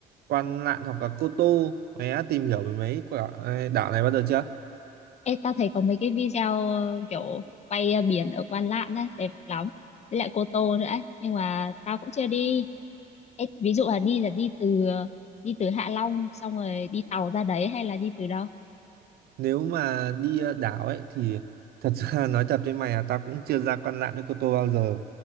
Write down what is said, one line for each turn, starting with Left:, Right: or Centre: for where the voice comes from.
Right: Quan Lạn hoặc là Cô Tô mày đã tìm hiểu về mấy quả ờ, đảo này bao giờ chưa?
Left: ê, tao thấy có mấy cái video ờ, kiểu quay ờ, biển ở Quan Lạn đấy, đẹp lắm. Với lại Cô Tô nữa ấy. Nhưng mà tao cũng chưa đi. Ê, ví dụ là đi là đi từ ờ, đi từ Hạ Long xong rồi đi tàu ra đấy hay là đi từ đâu?
Right: Nếu mà đi ờ, đảo ấy thì thật ra <laughs> nói thật với mày là tao cũng chưa ra Quan Lạn với Cô Tô bao giờ.